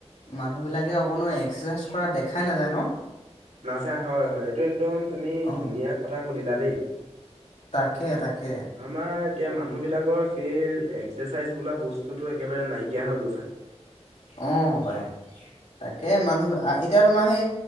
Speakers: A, on the left (about 80°); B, on the right (about 80°).
A: মানুহ বিলাকে অকণো। এক্সাৰচাইজ কৰা দেখাই নাযায় ন
B: নাযায় হয় হয় এইটো একদম তুমি
A: অ
B: ধুনীয়া কথা সুধিলা দেই।
A: তাকে তাকে।
B: আমাৰ এতিয়া মানুহবিলাকৰ সেই এক্সাৰচাইজ বোলা বস্তু। তোটো একেবাৰে নাইকিয়া হৈ গৈছে।
A: অঁ পাই, তাকে মানুহ এতিয়া তোমাৰ সেই